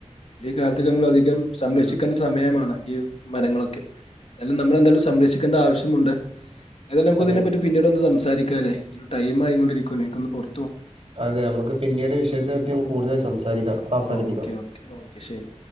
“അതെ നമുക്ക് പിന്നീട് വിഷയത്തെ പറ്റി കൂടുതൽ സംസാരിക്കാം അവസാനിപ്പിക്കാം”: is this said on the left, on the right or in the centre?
Right